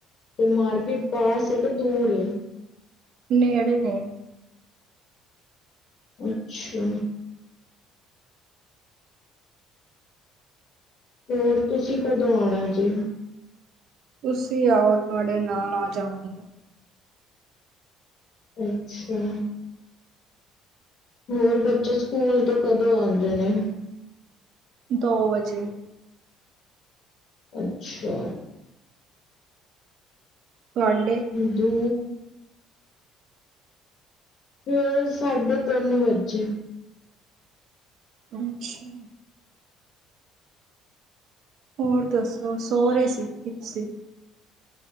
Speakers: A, on the left (about 60°); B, on the right (about 60°).
A: ਤੇ ਮਾਰਕਿਟ ਪਾਸ ਏ ਕਿ ਦੂਰ ਏ?
B: ਨੇੜੇ ਨੇ।
A: ਅੱਛਾ। ਹੋਰ ਤੁਸੀਂ ਕਦੋਂ ਆਉਣਾ ਜੇ?
B: ਤੁਸੀਂ ਆਓ ਤੁਹਾਡੇ ਨਾਲ ਆ ਜਾਵਾਂਗੇ।
A: ਅੱਛਾ। ਹੋਰ ਬੱਚੇ ਸਕੂਲ ਤੋਂ ਕਦੋਂ ਆਉਂਦੇ ਨੇ?
B: ਦੋ ਵਜੇ।
A: ਅੱਛਾ।
B: ਤੁਹਾਡੇ
A: ਦੂ। ਫਿਰ ਸਾਢੇ ਤਿੰਨ ਵੱਜੇ।
B: ਅੱਛਾ। ਹੋਰ ਦੱਸੋ ਸੋ ਰਹੇ ਸੀ ਕਿਪ ਸੀ?